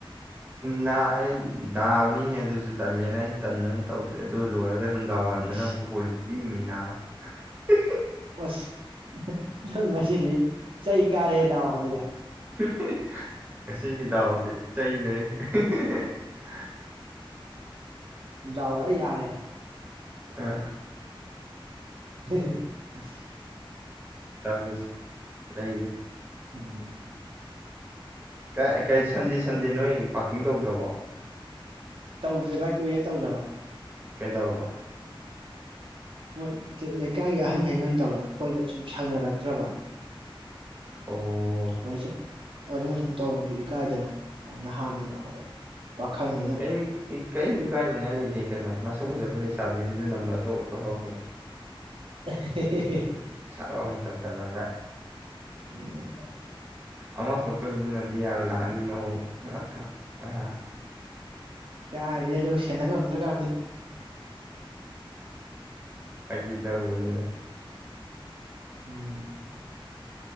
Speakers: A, on the right; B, on the right.
A: ꯅꯥ ꯑꯩ ꯗꯥꯕꯅꯤꯅꯦ ꯑꯗꯨꯁꯨ ꯇꯜꯂꯦꯅ ꯑꯩ ꯇꯟꯅꯅ ꯇꯧꯗ꯭ꯔꯦ ꯑꯗꯨ ꯂꯣꯏꯔꯒꯗꯤ ꯅꯨꯡꯗꯥꯡ ꯋꯥꯏꯔꯝꯗꯅ
B: ꯏꯁ
A: ꯑꯃꯨꯛ ꯈꯣꯏꯅ ꯆꯤꯛꯢꯃꯤ ꯅꯥꯕ <unintelligible>
B: ꯑꯁ ꯉꯁꯤꯗꯤ ꯆꯩ ꯀꯥꯔꯦꯍꯦ ꯅꯥꯕ ꯑꯗꯨꯗꯤ
A: <unintelligible> ꯉꯁꯤꯒꯤ ꯗꯥꯎꯗꯤ ꯆꯩꯗꯅꯦ <unintelligible>
B: ꯗꯥꯎ ꯐꯖꯅ ꯌꯥꯔꯦ
A: ꯑ
B: <unintelligible>
A: ꯇꯧꯔꯁꯦ ꯂꯩꯌꯦ
B: ꯎꯝ
A: ꯀ ꯀꯩ ꯁꯟꯗꯦ ꯁꯟꯗꯦ ꯅꯣꯏ ꯄꯥꯔꯀꯤꯡ ꯇꯧꯗ꯭ꯔꯕꯣ
B: ꯇꯧꯗ꯭ꯔꯦ ꯚꯥꯏ ꯀꯨꯏꯔꯦ ꯇꯧꯗꯕ
A: ꯀꯩꯗꯧꯔꯕ
B: ꯃꯣꯏ ꯂꯩꯀꯥꯏꯒꯤ ꯑꯍꯟꯈꯩ ꯑꯣꯏꯅ ꯇꯧꯔꯦ ꯑꯩꯈꯣꯏꯗꯣ ꯁꯨꯝ ꯁꯪꯅꯔꯛꯇ꯭ꯔꯕ
A: ꯑꯣ
B: ꯋꯥꯁ ꯑꯗꯨꯅ ꯁꯨꯝ ꯇꯧꯕꯗꯨ ꯏꯀꯥꯏꯗꯅ ꯅꯍꯥꯟꯅꯤꯅ ꯍꯣꯏ ꯄꯥꯈꯪꯅꯤꯅ
A: ꯀꯦꯝ ꯀꯦꯝ ꯢꯀꯥꯏꯅꯤꯡꯉꯥꯏ ꯂꯩꯇꯦ ꯀꯩꯅꯣ ꯃꯁ ꯁꯛ ꯐꯖꯕ ꯂꯩꯁꯥꯕꯤ ꯑꯃꯁꯨ ꯅꯝꯕ꯭ꯔ ꯊꯣꯛ ꯂꯧꯍꯧꯅꯤ
B: <unintelligible>
A: ꯁꯠ ꯂꯥꯎꯅ ꯇꯧꯁꯜꯂꯒ
B: ꯎ
A: ꯑꯃꯈꯛ ꯀꯣꯏꯕꯗꯨꯅꯗꯤ ꯌꯥꯔꯣꯏꯗ ꯑꯅꯤ ꯑꯍꯨꯝꯛ ꯊꯛ ꯊꯛ ꯑꯥ
B: ꯀꯥꯗꯩꯅꯣ ꯑꯗꯨ ꯁꯦꯟꯅ ꯉꯝꯗ꯭ꯔꯀꯥꯟꯁꯤꯗ
A: ꯐꯥꯒꯤ ꯇꯧꯕꯅꯤꯗ
B: ꯎꯝ <inaudible>